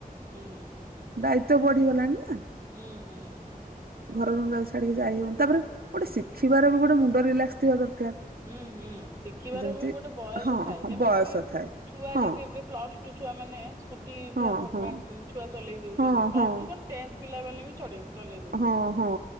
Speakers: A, on the right; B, on the right.
A: ହୁଁ ହୁଁ।
B: ଦାୟିତ୍ଵ ବଢିଗଲାଣି ନା।
A: ହୁଁ ହୁଁ।
B: ଘର ଜମି ଛାଡିକି ଯାଇ ହବନ ତାପରେ ଗୋଟେ ଶିଖିବାର ବି ଗୋଟେ ମୁଣ୍ଡ ରିଲାକ୍ସ ଥିବା ଦରକାର।
A: ହୁଁ ହୁଁ ଶିଖିବାର
B: ଯେମିତି
A: ବି ଗୋଟେ ବୟସ
B: ହଁ
A: ଥାଏ
B: ହଁ
A: ଯେମିତି
B: ବୟସ
A: କିି
B: ଥାଏ
A: ଛୁଆ
B: ହଁ
A: ଯେମିତି ଏବେ ପ୍ଲସ୍ ଟୁ ଛୁଆ ମାନେ ସ୍
B: ହଁ
A: ପୁରା
B: ହଁ
A: ଛୁଆ ଚଲେଇ ଦଉଛନ୍ତି
B: ହଁ ହଁ
A: ପ୍ଲସ ଟୁ କ ଟେନ୍ଥ ପିଲା ବ ବି ଚ ଚଲେଇ ଦଉଛନ୍ତି।
B: ହଁ ହଁ।